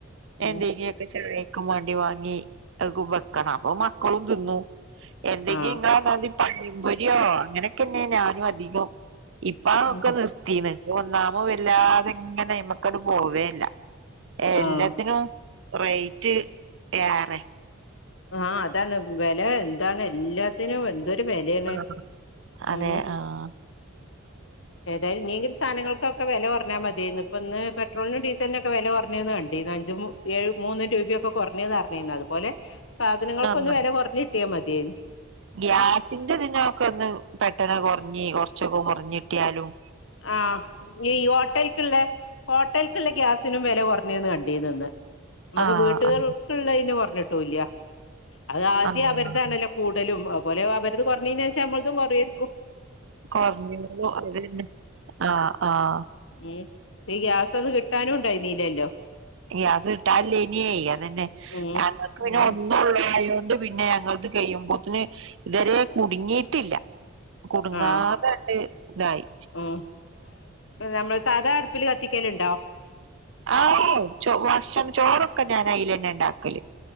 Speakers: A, on the left (about 60°); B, on the right (about 60°).
A: ഉം
B: എന്തേങ്കി ഒക്കെ ചെറിയ ക്കും വേണ്ടി വാങ്ങി അത് വെക്കണം. അപ്പൊ മക്കളും തിന്നു. എന്തെങ്കിലും
A: ആ
B: ഇങ്ങളെ മാതി പഴംപൊരിയോ അങ്ങനെയൊക്കെന്നെ ഞാനു അധികം. ഇപ്പതൊക്കെ
A: ഉം
B: നിർ ത്തീന്ന്. ഒന്നാമെ വല്ലാതിങ്ങനെ അയ്മക്കട് പോവേ ഇല്ല. എല്ലത്തിനും
A: ആ
B: റേറ്റ് ഏറെ
A: ആ അതാണ്. വെല എന്താണ് എല്ലാത്തിനും എന്തൊ ട്ട് വെലയാണ്.
B: ആഹ് അതെ
A: ഉം
B: ആഹ്
A: ഏതായാലും ഇനിയെങ്കിലും സാധനങ്ങൾക്കൊക്കെ വെല കൊറഞ്ഞാ മത്യാർന്നു. ഇപ്പ ഇന്ന് പെട്രോളിനും ഡീസലിനും ഒക്കെ വെല കൊറഞ്ഞൂന്ന് കണ്ട് ണ്ടീന്നു. അഞ്ചും ഏഴും മൂന്നും രൂപയൊക്കെ കൊറഞ്ഞൂന്നറിഞ്ഞീർന്നു. അതുപോലെ സാധനങ്ങൾക്കൊന്ന്
B: ആഹ്
A: വെല കൊറഞ്ഞ് കിട്ടിയാ മത്യേർന്നു.
B: ഗ്യാസിന്റെ ഇതിനൊക്കെ ഒന്ന് പെട്ടെന്ന് കൊറഞ്ഞ് കൊറച്ചൊക്കെ കൊറഞ്ഞിട്ടിയാലും
A: ആ ഈ ഹോട്ടൽക്കിള്ള ഹോട്ടൽക്ക്ള്ള ഗ്യാസിനും വെല കൊറഞ്ഞീന്ന് കണ്ടീനിന്ന്. ഇമ്മക്ക്
B: ആഹ്
A: വീട്ടുകൾ
B: ആഹ്
A: ള്ളയ്ന് കൊറഞ്ഞിട്ടൂല്ല. അതാദ്യം
B: ആഹ്
A: അവരതാണല്ലോ കൂടലും. അതുപോലെ അവരത് കൊറഞ്ഞേയ്ന് ശേഷം നമ്മളതും കൊറയേരിക്കും.
B: കൊറഞ്ഞൂന്ന്. അതന്നെ. ആഹ് ആഹ്.
A: ഉം ഇപ്പ ഈ ഗ്യാസൊന്നു കിട്ടാനും ഇണ്ടായ്ര്ന്നീല്ലല്ലോ?
B: ഗ്യാസിട്ടാനില്ലേനിയേ അതന്നെ.
A: ഉം
B: ഞങ്ങക്ക് പിന്നെ
A: ഉം
B: ഒന്ന് ന്നുള്ളായോണ്ട് പിന്നെ ഞങ്ങളത് കയ്യുമ്പോത്തിന് ഇതുവരെ കുടുങ്ങീട്ടില്ല. കുടുങ്ങാതണ്ട്
A: ആഹ്
B: ഇതായി.
A: ഉം. നമ്മള് സാധാ അടുപ്പില് കത്തിക്കല്ണ്ടോ?
B: ആ ഭക്ഷണം ചോറൊക്കെ ഞാനയിലന്നെ ഇണ്ടാക്കല്.